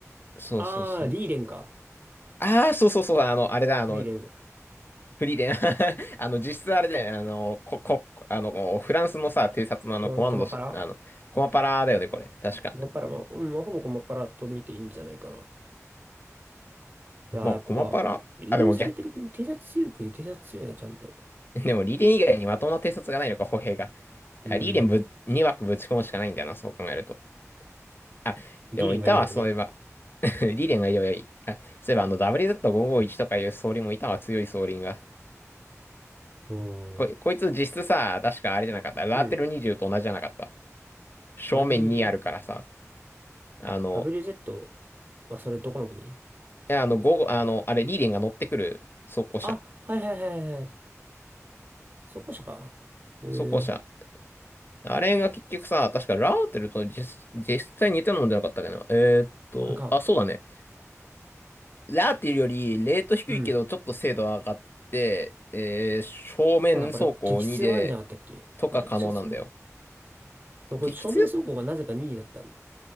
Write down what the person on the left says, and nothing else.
そうそうそう。
ああ、そうそうそう、あの、あれだ、あの、
フリーレン。<laughs> あの、実質あれだよね、あの、こ、こ、あの、フランスのさ、偵察のあの、
コマンドし、あの、コマパラだよね、これ。確か。
まあ、
コマパラ。
あ、でも逆
<laughs> でも、リーデン以外にまともな偵察がないのか、歩兵が。
いやリーデンぶ、2枠ぶち込むしかないんだよな、そう考えると。あ、
でも、いたわ、そういえば。<laughs> リーデンがいればいい。あ、そういえば、あの、WZ551 とかいう総輪もいたわ、強い総輪が。
こい、こいつ実質さ、確かあれじゃなかった。ラーテル20と同じじゃなかった。
正面にあるからさ。
あの、
いやあの、午後、あの、あれ、リーデンが乗ってくる装甲車。
装甲車。あれが結局さ、確かラーテルと実、実際似てるのじゃなかったっけど、えーっと、
あ、そうだね。ラーっていうより、レート低いけど、
ちょっと精度は上がって、えー、正面走行2で、
とか可能なんだよ。
激強